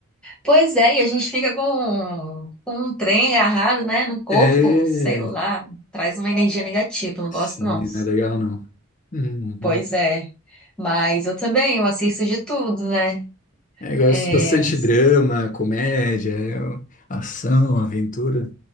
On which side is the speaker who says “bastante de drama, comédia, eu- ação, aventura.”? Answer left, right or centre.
Left